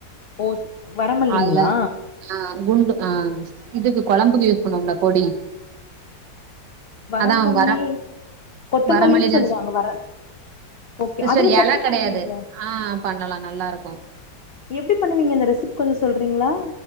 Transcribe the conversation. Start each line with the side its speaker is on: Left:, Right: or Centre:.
Left: ஓ வரமல்லிங்ளா
Right: அதுல ஆ குண்டு ஆ இதுக்கு கொழம்புக்கு யூஸ் பண்ணுவோம்ல பொடி
Left: வரமல்லி
Right: அதா வர
Left: கொத்தமல்லின்னு
Right: வரமல்லி
Left: சொல்லுவாங்க
Right: தா
Left: வர ஓகே
Right: சிஸ்டர்
Left: அதுல
Right: இல
Left: சட்னி
Right: கிடையாது
Left: பண்ணுவீங்களா
Right: ஆ பண்ணலா நல்லா இருக்கு
Left: எப்டி பண்ணுவீங்க இந்த ரெசிபி கொஞ்சோ சொல்றீங்ளா